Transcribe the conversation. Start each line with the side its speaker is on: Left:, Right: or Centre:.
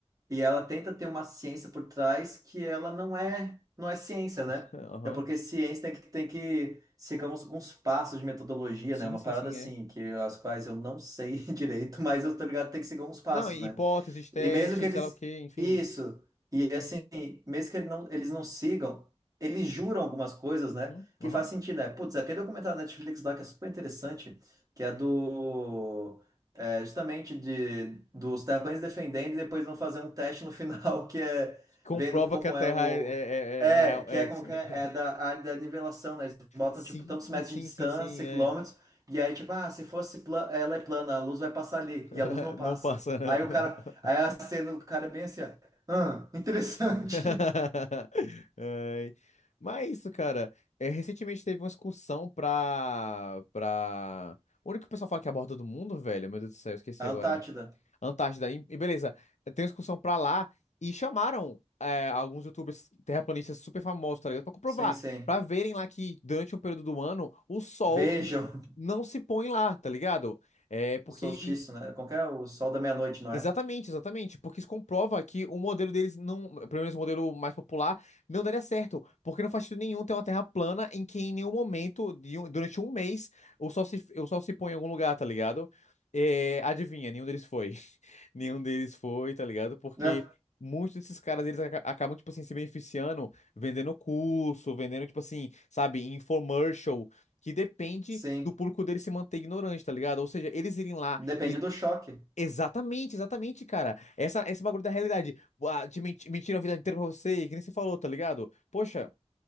Right: E ela tenta ter uma ciência por trás que ela não é, não é ciência, né?
Left: <laughs> Aham.
Right: Até porque ciência tem que, tem que seguir uns, alguns passos de metodologia,
Left: Sim,
Right: né? Uma
Left: sim,
Right: parada
Left: sim,
Right: assim,
Left: é.
Right: que as quais eu não sei <laughs> direito, mas eu tô ligado que tem que seguir uns passos,
Left: Não, e
Right: né?
Left: hipóteses, testes,
Right: E mesmo que eles.
Left: sei lá o quê, enfim.
Right: Isso. E assim, mesmo que ele não, eles não sigam, eles juram algumas coisas, né?
Left: Uhum,
Right: Que
Left: aham.
Right: faz sentido, né? Putz, aquele documentário da Netflix lá que é super interessante, que é do. é, justamente de, dos terraplanistas defendendo e depois vão fazer um teste no final, <laughs> que é
Left: Comprova
Right: vendo como
Left: que a Terra
Right: é o.
Left: é, é, é-
Right: É,
Left: é, na real.
Right: que
Left: É.
Right: é como
Left: <laughs>
Right: que é, é da área da nivelação, né? Eles botam,
Left: Sim,
Right: tipo, tantos metros
Left: sim,
Right: de distância,
Left: sim, sim,
Right: quilômetros,
Left: é.
Right: e aí, tipo, ah, se fosse pla- ela é plana, a luz vai passar ali, e
Left: <laughs>
Right: a luz não passa.
Left: Não passa. né?
Right: Aí
Left: <laughs>
Right: o cara, Aí a cena do cara é bem assim, ó. Ah, interessante.
Left: <laughs>
Right: <laughs>
Left: Ai. Mas é isso, cara. É, recentemente teve uma excursão pra, pra... O único que o pessoal fala que é a borda do mundo, velho. Meu Deus do céu, eu esqueci
Right: A
Left: agora.
Right: Antártida.
Left: Antártida. E e beleza, eh, tem uma excursão pra lá e chamaram é, alguns youtubers terraplanistas super famosos, tá ligado? Pra comprovar,
Right: Sim, sim.
Left: pra verem lá que durante um período do ano o sol
Right: Vejam
Left: não se põe lá, tá ligado? É porque
Right: o solstício,
Left: isso...
Right: né? Qual que é? O sol da meia-noite, não
Left: Exatamente,
Right: é?
Left: exatamente, porque isso comprova que o modelo deles não, pelo menos o modelo mais popular, não daria certo, porque não faz sentido nenhum ter uma terra plana em que em nenhum momento, de um- durante um mês, o sol se, o sol se põe em algum lugar, tá ligado? É, adivinha, nenhum deles foi. <laughs> Nenhum deles foi, tá ligado? Porque
Right: É,
Left: muitos desses caras, eles aca- acabam, tipo assim, se beneficiando, vendendo curso, vendendo, tipo assim, sabe, infomercial, que depende
Right: Sim.
Left: do público deles se manter ignorante, tá ligado? Ou seja, eles irem lá
Right: Depende
Left: e
Right: do choque.
Left: Exatamente, exatamente, cara. Essa, esse bagulho da realidade. Ah, de menti- mentira a vida inteira pra você, que nem você falou, tá ligado? Poxa,